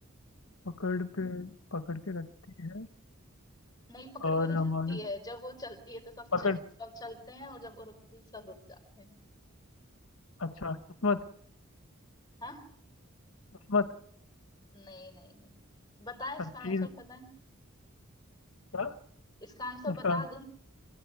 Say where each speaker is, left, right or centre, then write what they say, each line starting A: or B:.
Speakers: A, on the left; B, on the left.
A: पकड़ पे पकड़ के रखती है
B: नहीं पकड़
A: और
B: के नहीं
A: हमारे
B: रखती है जब वो चलती है तो सब
A: पकड़
B: चल, सब चलते हैं और जब वो रुकती है तो सब रुक जाते हैं
A: अच्छा किस्मत
B: हाँ
A: किस्मत
B: नहीं नहीं नहीं बताए इसका
A: अब चीज
B: आंसर पता है
A: क्या
B: इसका आंसर
A: निशान
B: बता दे